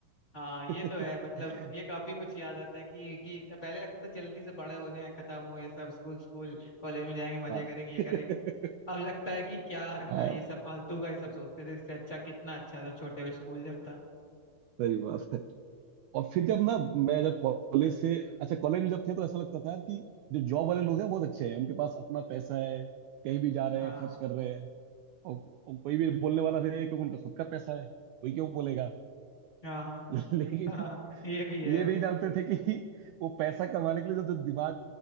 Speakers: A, on the left; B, on the right.
A: हाँ ये
B: <laughs>
A: तो है मतलब ये काफी कुछ याद आता है कि कि पहले लगता था जल्दी से बड़े हो जाएं खत्म हो ये सब स्कूल स्कूल कॉलेज में जाएंगे मजे
B: हाँ
A: करेंगे ये
B: <laughs>
A: करेंगे अब लगता है कि क्या
B: हाँ
A: था ये सब फालतू का ये सब सोचते थे इससे अच्छा कितना अच्छा था छोटे में स्कूल जब था
B: सही बात और फिर जब ना मैं जब कॉलेज से अच्छा कॉलेज में जब थे तो ऐसा लगता था यार कि जो जॉब वाले
A: हम्म,
B: लोग हैं बहुत अच्छे हैं उनके पास अपना पैसा है कहीं भी जा रहे
A: हाँ
B: हैं खर्च कर रहे हैं और, और कोई भी बोलने वाला नहीं है क्योंकि उनका खुद का पैसा है कोई क्यों बोलेगा
A: हाँ हाँ
B: <laughs> लेकिन
A: हाँ <laughs> ये भी
B: ये
A: है
B: नहीं जानते थे कि वो पैसा कमाने के लिए जो जो दिमाग